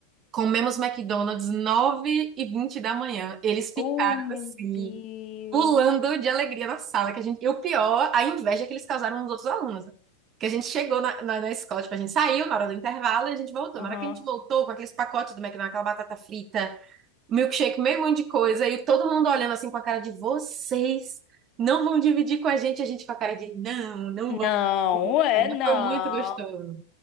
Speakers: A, on the right; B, on the left.
A: Comemos McDonald's nove e vinte da manhã. Eles ficaram
B: Oh, meu
A: assim
B: Deus.
A: pulando de alegria na sala. Que a gente... E o pior, a inveja que eles causaram nos outros alunos. né? Que a gente chegou na, na, na escola, tipo, a gente saiu na hora do intervalo e a gente voltou.
B: Aham.
A: Na hora que a gente voltou, com aqueles pacotes do McDonald's, aquela batata frita, milkshake, meio monte de coisa, e todo mundo olhando assim com a cara de vocês não vão dividir com a gente, a gente com a cara de não, não vão.
B: Não,
A: dividir.
B: é
A: Mas
B: não.
A: Foi muito gostoso.